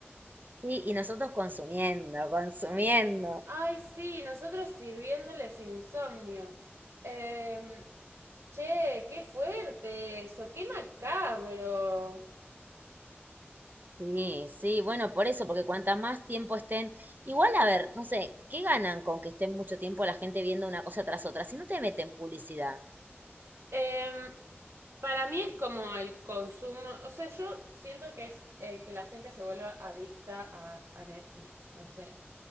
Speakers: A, on the right; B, on the right.
A: Sí, y nosotros consumiendo, consumiendo.
B: Ay, sí, nosotros sirviéndoles insomnio. Em, che, qué fuerte eso, qué macabro.
A: Sí, sí, bueno, por eso, porque cuantas más tiempo estén, igual a ver, no sé, ¿qué ganan con que estén mucho tiempo la gente viendo una cosa tras otra? Si no te meten publicidad.
B: Em, para mí es como el consumo, o sea, yo siento que es eh, que la gente se vuelva adicta a, a Netflix, no sé,